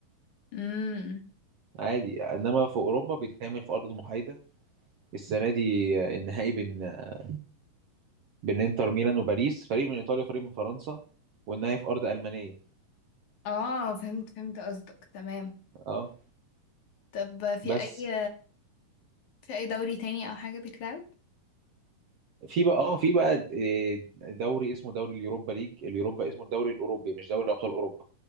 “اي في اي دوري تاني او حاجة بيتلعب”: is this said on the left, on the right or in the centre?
Left